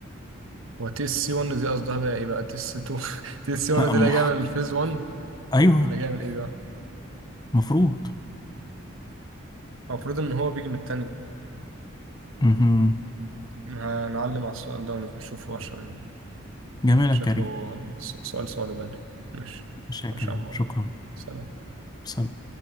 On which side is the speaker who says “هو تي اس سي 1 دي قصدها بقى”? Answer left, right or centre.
Right